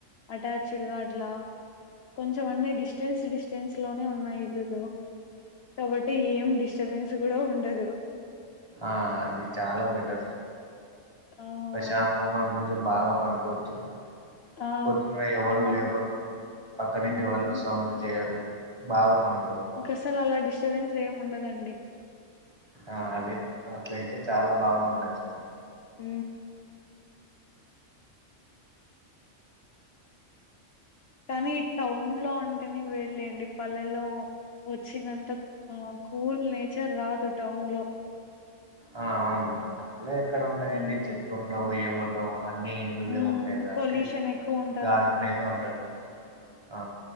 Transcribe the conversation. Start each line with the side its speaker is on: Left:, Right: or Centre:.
Left: అటాచ్డ్ గా అట్లా కొంచం అన్ని డిస్టెన్స్ డిస్టెన్స్ లోనే ఉన్నాయి ఇల్లులు కాబట్టి ఏం డిస్టబెన్స్ కూడా ఉండదు
Right: ఆ అది చాలా బెటర్
Left: ఆ
Right: ప్రశాంతంగ ఉంటుంది బాగా పనుకోచ్చు
Left: ఆ
Right: పొద్దున్నే ఎవరు
Left: ఏమన్
Right: లేపరు పక్క నింటి
Left: మ్మ్
Right: వాళ్ళు సౌండ్ చేయరు బాగా పను
Left: ఒకసారి అలా డిస్టర్బెన్స్ ఏమి ఉండదండి.
Right: ఆ అదే అట్లయితే చాలా బాగా ఉండొచ్చు అన్
Left: ఊ కానీ టౌన్ లో అంటేనే వెళ్ళండి పల్లల్లో వచ్చినంత కూల్ నేచర్ రాదు. టౌన్ లో
Right: ఆ అవును టౌన్ లో ఎక్కడ ఉండయండి.
Left: మ్మ్
Right: చెట్లు ఉండవు ఏముండ అవ్ య అన్న ఇండ్లులే
Left: మ్మ్
Right: ఉంటాయి కాబట్టి
Left: పొల్యూషన్ ఎక్కువ ఉంటదంతా
Right: గాలినేది ఉండదు ఆ